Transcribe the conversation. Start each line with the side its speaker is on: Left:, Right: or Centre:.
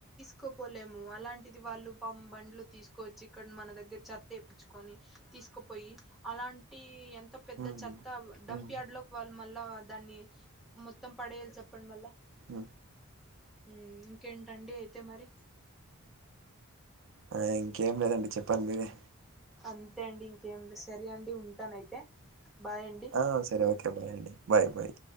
Centre: కోపోలేము అలాంటిది వాళ్ళు పం బండ్లు తీసుకోచ్చి ఇక్కడ మన దగ్గర చెత్త ఏపిచుకొని తీసుకుపోయి అలాంటి ఎం త్త పెద్ద
Right: ఉమ్
Centre: చెత్త డంప్
Right: ఉమ్
Centre: యార్డ్ లో వాళ్ళు మళ్ళా దాన్ని మొత్తం పడేయాలి చెప్పండి మళ్ళ
Right: ఉ
Centre: ఊ ఇంకేంటండి అయితే మరి
Right: ఆ ఇంకేం లేదండి చెప్పాలి మీరే
Centre: అంతే అండి ఇంకేం లే సరే అండి ఉంటానయితే బాయ్ అండి
Right: ఆ సరే ఓకే బాయ్ అండి బయ్ బాయ్